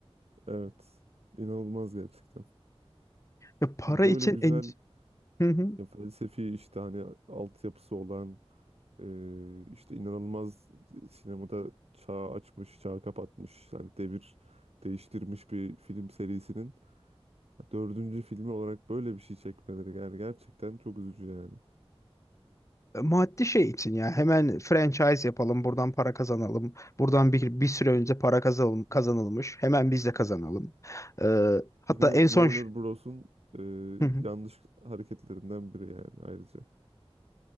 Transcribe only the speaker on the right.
Evet. İnanılmaz gerçekten.
Yani böyle
güzel
ya felsefi işte hani altyapısı olan e, işte inanılmaz sinemada çağ açmış, çağ kapatmış yani devir değiştirmiş bir film serisinin dördüncü filmi olarak böyle bir şey çekmeleri yani gerçekten çok üzücü yani.
Yine
Warner
Bros'un e,
yanlış hareketlerinden biri yani ayrıca.